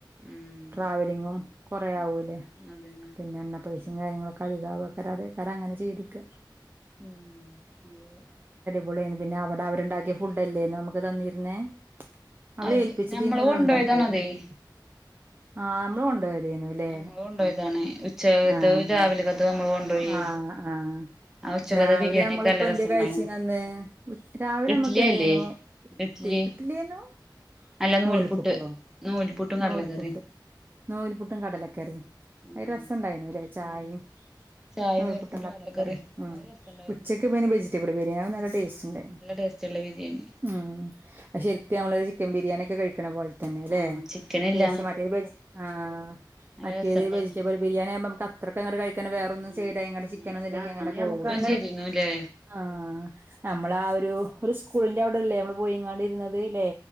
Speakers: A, in the centre; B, on the right.
A: ഉം
B: ട്രാവലിങ്ങും കൊറേ
A: ഉം
B: ആവൂലേ
A: അതന്നെ
B: പിന്നെ എണ്ണ പൈസെം കാര്യങ്ങളൊക്കധികാവു ഏക്കാരം അതേക്കാരം അങ്ങനെ ചെയ്ത്ക്ക
A: ഉം ഹലോ
B: പൊളിയായിന്നു പിന്നെ അവട അവര്ണ്ടാക്കിയ ഫുഡല്ലേ നമുക്ക് തന്നിര്ന്നേ അവര്
A: അത്
B: ഏൽപ്പിച്ചതീന്നോ
A: ഞമ്മള്
B: അതോ
A: കൊണ്ടോയതാണതേ
B: ഒണ്ടാക്കിയതീന്നോ ആഹ് നമ്മള് കൊണ്ടോയത് തേന്നൂല്ലേ
A: നമ്മള് കൊണ്ടോയതാണ് ഉച്ചകത്തതും
B: ആഹ്
A: രാവിലക്കത്തതും നമ്മള് കൊണ്ടോയി
B: ആഹ് ആഹ് ആഹ്
A: ആ ഉച്ചക്കത്തെ
B: രാവിലെ
A: ബിരിയാണിയൊക്കെ
B: നമ്മളിപ്പോ
A: നല്ല
B: എന്ത്യേ
A: രസണ്ടായിന്
B: കഴിച്ചീനന്ന് ഉച്ച് രാവിലെ
A: ഇഡ്ലി
B: നമ്മക്ക് എന്തേന്നു
A: അല്ലേ ഇഡ്ലി
B: തി ഇട്ട്ലിയേന്നു
A: അല്ല നൂൽപുട്ട്
B: നൂൽപുട്ടോ
A: നൂൽപുട്ടും കടലക്കറിം
B: നൂൽപുട്ട് നൂൽപുട്ടും കടലക്കറി
A: ആഹ്
B: ഐ രസണ്ടായിരുന്നൂലേ ചായിം
A: ഉം ചായിം
B: നൂൽപുട്ടും കടലക്കറീം
A: കടലക്കറിം
B: ഉം
A: അത് രസണ്ടായിനു
B: ഉച്ചക്കിപ്പയിന് വെജിറ്റബിള് ബിരിയാ അവും നല്ല ടേസ്റ്റ്ണ്ടായിരുന്നു
A: ടേസ്റ്റുള്ള ബിരിയാണി
B: ഉം അ ശരിക്ക് നമ്മള് ചിക്കൻ ബിരിയാണിയൊക്കെ കഴിക്കണ പോലെ തന്നേല്ലേ
A: ആഹ് ചിക്കനില്ല
B: ടേസ്റ്റ് മറ്റേ വെജ് ആഹ്
A: നല്ല
B: മറ്റേത്
A: രസണ്ടായിന്
B: വെജിറ്റബിൾ ബിരിയാണിയാകുമ്പമ്മക്കത്രക്കങ്ങ്ട് കഴിക്കാന് വേറൊന്നും
A: ഉം
B: സൈഡായിങ്ങാണ്ട് ചിക്കനൊന്നുല്ലാണ്ട് <unintelligible>
A: എരീന്നൂലേ
B: ആഹ് നമ്മള് ആ ഒരു ഒരുസ്കൂളിന്റവിടെല്ലേ നമ്മള് പോയിങ്ങാണ്ടിരുന്നത് ലേ